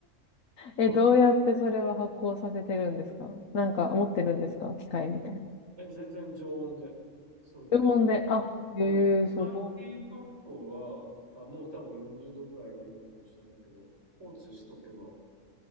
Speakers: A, on the left; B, on the right.
A: え。え、
B: あ
A: どうやってそれは発酵させてるんですかなんか、持ってるんですか機械みたいな。
B: え、全然常温で。そういうの。
A: 注文で、あ、へえ、
B: その、
A: すご
B: 先発酵は、あ、もう多分40度ぐらいがいいのかもしれないけど、放置しとけば